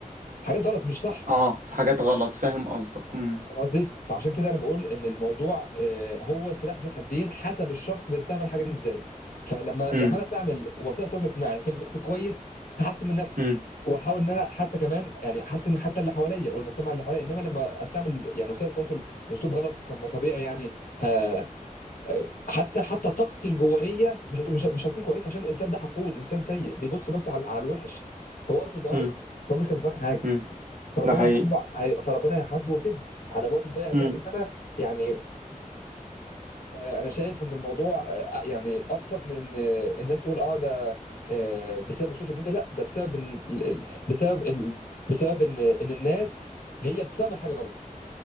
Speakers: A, on the left (about 85°); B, on the right (about 70°).
A: حاجات غلط مش صح
B: آه في حاجات غلط فاهم قصدك مم.
A: فاهم قصدي؟ فعشان كده انا بقول ان الموضوع آه، هو سلاح ذو حدين حسب الشخص بيستعمل الحاجه دي ازاي. فلما
B: مم.
A: لما انا استعمل وسائل التواصل الاجتماعي في ال- في كويس هحسن من نفسي
B: مم.
A: واحاول ان انا حتى كمان يعني احسن حتى اللي حواليا والمجتمع اللي حواليا انما لما استعمل يعني وسائل التواصل باسلوب غلط طب ما طبيعي يعني ه- حتى حتى طاقتي الجوانيه مش هت- مش مش هتكون كويسه عشان الانسان ده حقود انسان سيء بيبص بس على على الوحش فوقته ضايع
B: مم.
A: فهو مش كسبان حاجه
B: مم.
A: فربنا
B: ده حقيقي
A: هيحاسبه هي- فربنا هيحاسبه كده على وقته الضايع ده
B: مم.
A: انما يعني آه، انا شايف ان الموضوع آه، يعني ابسط من ان آه، الناس تقول اه ده آه، بسبب السوشيال ميديا لا ده بسبب إن ال- ال- بسبب إن بسبب ان ان الناس هي بتستعمل حاجه غلط